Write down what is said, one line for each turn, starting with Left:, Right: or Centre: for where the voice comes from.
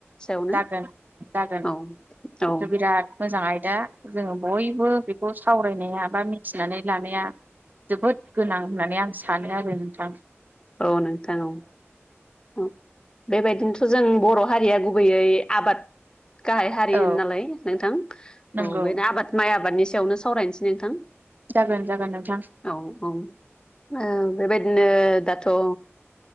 Left: सायावनो।
Right: जागोन जागोन बेथ'
Left: औ
Right: बिराद मोजां आयदा। जोङो बयबो बेखौ सावरायनाया बा मिथिनानै लानाया जोबोद गोनां होननानै आं सानो आरो। नोंथां
Left: औ नोंथां औ। औ बेबायदिनोथ' जों बर' हारिया गुबैयै आबाद गाहाय हारि
Right: औ
Left: होनोलाय नोंथां।
Right: नंगौ
Left: औ बेनो आबाद माइ आबादनि सायावनो सावरायनोसै नोंथां।
Right: जागोन जागोन नोंथां
Left: औ औ ओ बेबादि नो दाथ' ओ